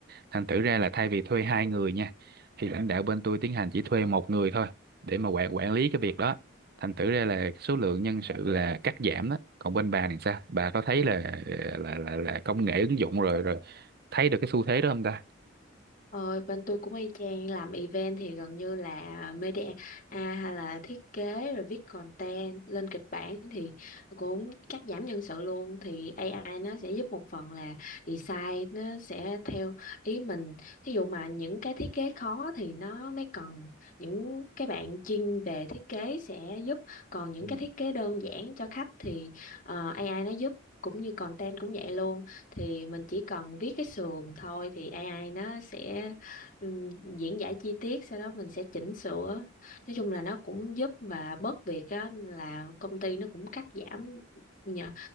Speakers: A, on the right; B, on the left.
A: thành thử ra là thay vì thuê hai người nha thì lãnh đạo bên tôi tiến hành chỉ thuê một người thôi để mà quản quản lý cái việc đó thành thử ra là số lượng nhân sự là cắt giảm đó còn bên bà thì sao bà có thấy là là là, là công nghệ ứng dụng rồi rồi thấy được cái xu thế đó không ta
B: Ờ, bên tôi cũng y chang làm event thì gần như là media à, hay là thiết kế rồi viết content lên kịch bản thì cũng cắt giảm nhân sự luôn thì AI nó sẽ giúp một phần là design nó sẽ theo ý mình ví dụ mà những cái thiết kế khó thì nó mới cần những cái bạn chuyên về thiết kế sẽ giúp còn những
A: Ừ.
B: cái thiết kế đơn giản cho khách thì ờ, AI nó giúp cũng như content cũng vậy luôn thì mình chỉ cần viết cái sườn thôi thì AI nó sẽ ừm, diễn giải chi tiết sau đó mình sẽ chỉnh sửa nói chung là nó cũng giúp và bớt việc đó là công ty nó cũng cắt giảm nhờ